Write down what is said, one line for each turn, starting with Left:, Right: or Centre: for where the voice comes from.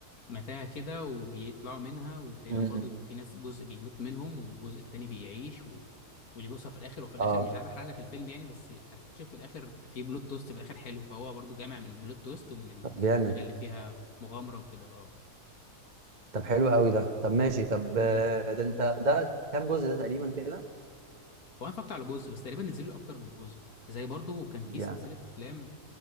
Left: متاهة كده وبيطلعوا منها وتقريبا
Right: م-م.
Left: برضو في ناس جزء بيموت منهم والجزء التاني بيعيش و... واللي بيوصل في الاخر وفي الاخر
Right: اه
Left: مش عايز احرق لك الفيلم يعني بس هتكتشف في الاخر في بلوت تويست في الاخر حلو فهو برضو جامع من البلوت تويست ومن ال-
Right: طب جامد
Left: الحاجة اللي فيها مغامرة وكده اه
Right: طب حلو قوي ده طب ماشي طب آه،
Left: مم.
Right: ده انت ده كام جزء ده تقريبا كده
Left: وانا اتفرجت على جزء بس تقريبا نزل له اكتر من جزء زي برضو كان في
Right: يعني
Left: سلسلة افلام